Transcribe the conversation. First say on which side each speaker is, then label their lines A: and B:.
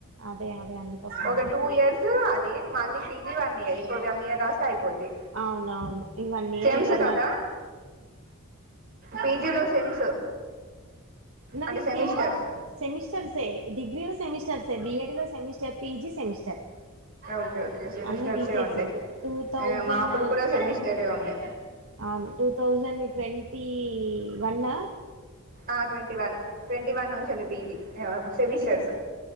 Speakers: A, on the right; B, on the right.
A: అదే అదే అందుకోసమనే
B: ఒక టూ ఇయర్స్ అది మళ్ళీ పీజి వన్ ఇయర్ ఒగ వన్ ఇయర్ రాస్తే అయిపోద్ది
A: అవునవును ఈ వన్ ఇయర్
B: సేమ్స్
A: ఇగ
B: కదా
A: నాకు
B: పీజీలో సెమ్స్
A: నాది
B: అంటే సెమిస్టర్స్
A: తెల్ సెమిస్టర్స్ ఏ డిగ్రీలో సెమిస్టర్ సే బిఎడిలో semester PG semester
B: okay okay సెమిస్టర్సే
A: అన్ని తీసేసి
B: ఉంటాయి
A: ఇంటి టూ థౌసండ్
B: మా అప్పుడు కూడా సెమిస్టరే ఉండే
A: అవును టూ థౌసండ్ ట్వంటీ వన్ ఆ
B: ఆ ట్వంటీ వన్ ట్వంటీ వన్ నుంచి పీజీ ఏ సెమిస్టర్స్